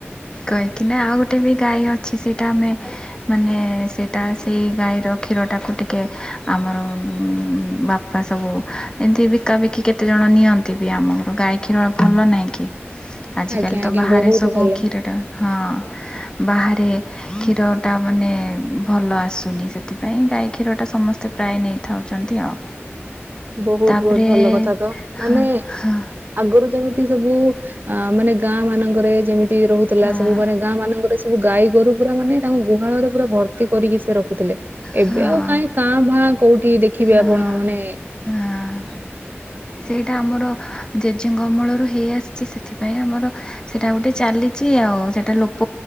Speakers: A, on the left; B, on the right.
A: କହିକିନା ଆଉ ଗୋଟେ ବି ଗାଈ ଅଛି ସେଇଟା ଆମେ ମାନେ ସେଇଟା ସେଇ ଗାଈର କ୍ଷୀରଟାକୁ ଟିକେ ଆମର ବା ବାପା ସବୁ ଏମିତି ବିକାବିକି କେତେଜଣ ନିଅନ୍ତି ବି ଆମ ଘରୁ ଗାଈ କ୍ଷୀର ଭଲ ନାହିଁ କି। ଆଜିକାଲି
B: ଆଜ୍ଞା
A: ତ
B: ଆଜ୍ଞା
A: ବାହାରେ
B: ବହୁତ
A: ସବୁ
B: ଭଲ
A: କ୍ଷୀରଟା ହଁ ବାହାରେ କ୍ଷୀରଟା ମାନେ ଭଲ ଆସୁନି ସେଥିପାଇଁ ଗାଈ କ୍ଷୀରଟା ସମସ୍ତେ ପ୍ରାୟ ନେଇଥାଉଛନ୍ତି ଆଉ।
B: ବହୁତ
A: ତାପରେ
B: ବହୁତ ଭଲ କଥା ତ ମାନେ
A: ହଁ ହଁ
B: ଆଗରୁ ଯେମିତି ସବୁ ଅ ମାନେ ଗାଁ ମାନଙ୍କରେ ଯେମିତି ରହୁଥିଲା
A: ହଁ
B: ସବୁ ମାନେ ଗାଁ ମାନଙ୍କରେ ସବୁ ଗାଈ ଗୋରୁ ପୁରା ମାନେ ତାଙ୍କୁ ଗୁହାଳରେ ପୁରା ଭର୍ତ୍ତି କରିକି ସେ ରଖୁଥିଲେ
A: ହଁ
B: ଏବେ ଆଉ କାହିଁ କାଁ ଭାଁ କୋଉଠି ଦେଖିବେ
A: ହଁ
B: ଆପଣ ମାନେ
A: ହଁ ସେଇଟା ଆମର ଜେଜେଙ୍କ ଅମଳରୁ ହେଇ ଆସିଛି ସେଥିପାଇଁ ଆମର ସେଟା ଗୋଟେ ଚାଲିଚି ଆଉ ସେଟା ଲୋପ